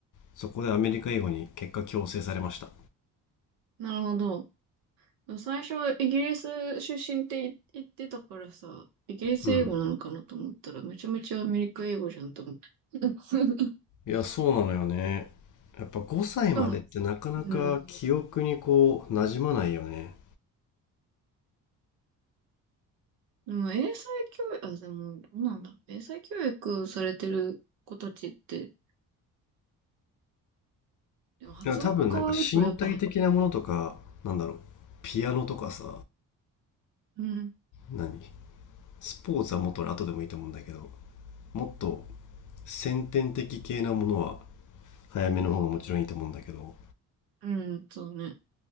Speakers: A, on the left; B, on the right.
A: そこでアメリカ英語に結果強制されました
B: なるほど。最初、イギリス出身って言ってたからさ、イギリス英語なのかなと思ったら、
A: うん
B: めちゃめちゃアメリカ英語じゃんと思って。<laughs>
A: いやそうなのよねやっぱ5歳までってなかなか記憶にこう馴染まないよね
B: しかも、うん。でも英才教育、あ、でも、どうなんだろう。英才教育されてる子たちって、でも発音が変わると、
A: いや多分なんか身体的なものとかなんだろうピアノとかさ
B: やっぱ、うん、
A: 何スポーツはもっと俺後でもいいと思うんだけどもっと先天的系なものは早めの方がもちろんいいと思うんだけど
B: うん、うん、うんそうね。